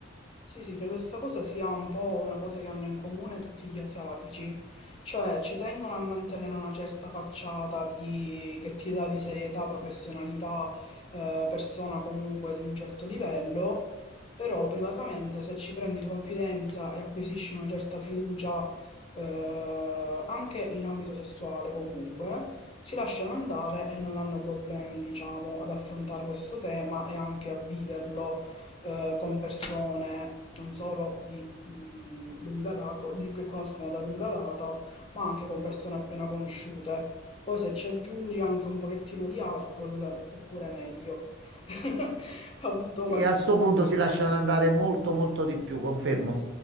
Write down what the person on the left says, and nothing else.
Sì, sì, credo sta cosa sia un po' una cosa che hanno in comune tutti gli asiatici, cioè ci tengono a mantenere una certa facciata di... che ti dà di serietà, professionalità, eh, persona comunque di un certo livello, però privatamente se ci prendi di confidenza e acquisisci una certa fiducia, eh, anche in ambito sessuale comunque, si lasciano andare e non hanno problemi, diciamo, ad affrontare questo tema e anche a viverlo eh, con persone non solo di mh, lunga data, di, che conoscono da lunga data, ma anche con persone appena conosciute. Poi se ci aggiungi anche un pochettino di alcol, è pure meglio. <laughs> Ho avuto
qualche